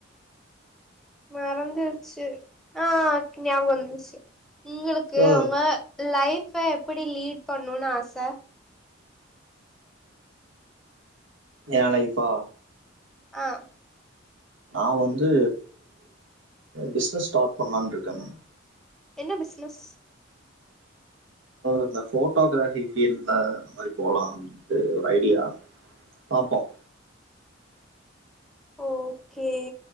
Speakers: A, in the centre; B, on the right (about 80°).
A: மறந்துருச்சு ஆஹ் ஞாப வந்தச்சு உங்களுக்கு
B: ஓ
A: உங்க லைஃப் எப்படி லீட் பண்ணும்னு ஆசை
B: நளை இப்போ
A: ஆஹ்
B: நான் வந்து பிசனஸ் ஸ்டார்ட் பண்ணலான்னு இருக்கேன் மேம்
A: என்ன பிசினஸ்
B: இந்த போட்டோகிராஃபி ஃபீல்டல இந்த மாரி போலாம்ட்டு ஒரு ஐடியா பாப்போம்
A: ஓகே